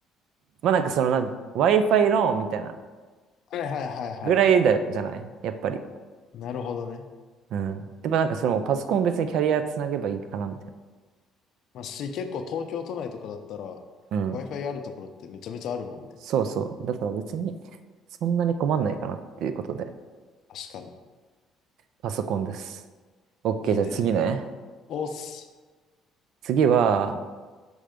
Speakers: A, on the right; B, on the left.
A: まあなんかそのなん、Wi-Fi のみたいな
B: はいはいはいはい。
A: ぐらいだ、じゃないやっぱり。
B: なるほどね。
A: うん。でもなんかそのパソコン別にキャリアつなげばいいかな、みたい
B: まあし、結構東京都内とかだったら
A: な。うん。
B: Wi-Fi あるところってめちゃめちゃあるもんね。
A: そうそう。だから別に、そんなに困んないかなっていうことで、
B: 確かに。
A: パソコンです。OK、
B: いいね。
A: じゃあ次ね。
B: おっす。
A: 次は、